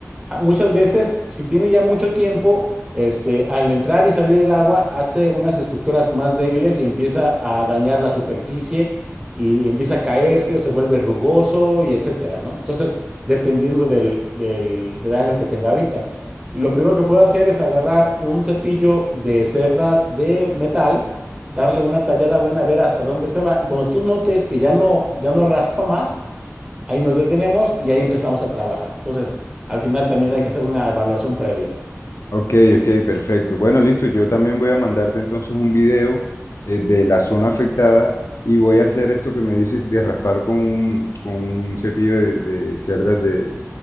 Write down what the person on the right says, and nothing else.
muchas veces, si tiene ya mucho tiempo, este, al entrar y salir el agua, hace unas estructuras más débiles y empieza a dañar la superficie y empieza a caerse o se vuelve rugoso y etcétera, ¿no? Entonces, dependiendo del, del- del daño que tenga ahorita. Lo primero que puedo hacer es agarrar un cepillo de cerdas de metal, darle una tallada buena, ver hasta dónde se va. Y cuando tú notes que ya no, ya no raspa más, ahí nos detenemos y ahí empezamos a trabajar. Entonces, al final también hay que hacer una evaluación previa.